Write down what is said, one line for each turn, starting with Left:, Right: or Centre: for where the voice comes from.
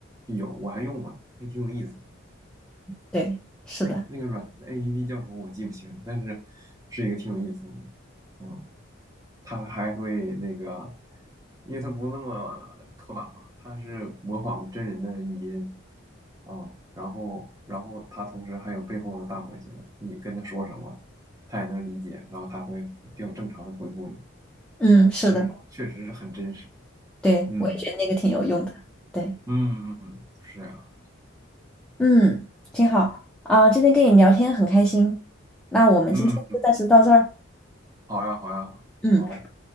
Right: 有，我还用过，还挺有意思的。
Centre: 对，是的，
Right: 那那个软 APP 叫什么我记不清，但是是一个挺有意思的。嗯，它还会那个，因为它不那么刻板嘛，它是模仿的真人的语音啊、然后然后它同时还有背后的大模型，你跟它说什么，它也能理解，然后它会比较正常的回复你，
Centre: 嗯，是的。
Right: 其实确实是很真实。
Centre: 对，
Right: 嗯。
Centre: 我也觉得那个挺有用的。对，
Right: 嗯嗯嗯，是这样，
Centre: 嗯，挺好啊，今天跟你聊天很开心。那我们今天就暂时到这儿。
Right: 嗯，好呀好呀，
Centre: 嗯。
Right: 好，